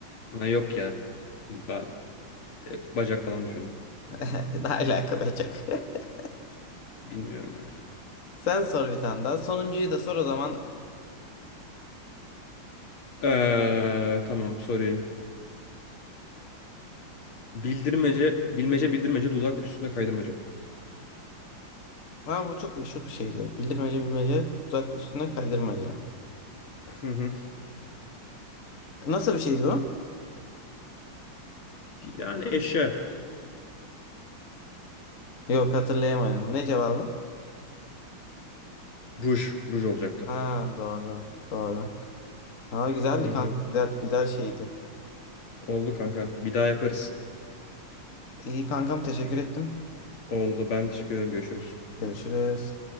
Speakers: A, on the left (about 85°); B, on the left (about 40°).
A: Ha, yok ya. Ben e, bacak falan düşündüm.
B: <laughs> Ne alaka be çok. <laughs>
A: Bilmiyorum ya.
B: Sen sor bir tane daha. Sonuncuyu da sor o zaman.
A: Ee, tamam sorayım. Bildirmece, bilmece bildirmece dudak üstünde kaydırmaca.
B: Ha bu çok meşhur bir şeydi. Bildirmece bilmece, tuzak üstüne kaydırmaca.
A: Hı hı.
B: Nasıl bir şeydi bu?
A: Yani eşya.
B: Yok hatırlayamadım. Ne cevabı?
A: Ruj. Ruj olacaktı.
B: Ha doğru. Doğru. Ha güzeldi
A: Hı
B: kanka.
A: hı.
B: Güzel güzel şeydi.
A: Oldu kanka. Bir daha yaparız.
B: İyi kankam teşekkür ettim.
A: Oldu. Ben teşekkür ederim. Görüşürüz.
B: Görüşürüz.